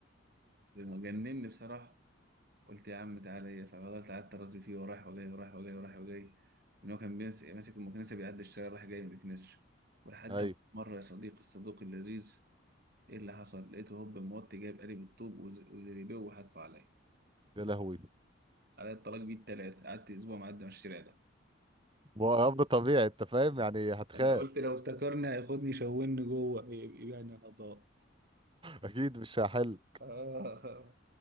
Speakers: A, on the right; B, on the right.
A: لما جنني بصراحة قلت يا عم تعالى إيه ففضلت قعدت أرازي فيه ورايح وجاي ورايح وجاي ورايح وجاي إن هو كان بيمس- ماسك المكنسة بيعدي الشارع رايح جاي ما بيكنسش ولحد
B: ايوه
A: ما مرة يا صديقي الصدوق اللذيذ إيه اللي حصل؟ لقيته هوب موطي جايب قالب الطوب وز- وزريبيه وحدفه عليا
B: يا لهوي
A: عليا الطلاق بيه التلاتة قعدت أسبوع معدي من الشارع ده
B: هو امر طبيعي انت فاهم يعني هتخاف
A: أنا قلت لو افتكرني هياخدني يشوهني جوه يبقى أنا أعضاء
B: اكيد مش هحل
A: آه